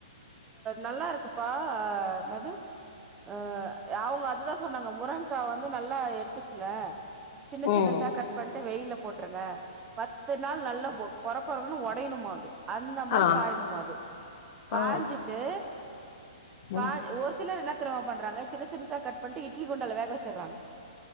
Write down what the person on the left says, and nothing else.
ம்
ஆ
ஆ ம்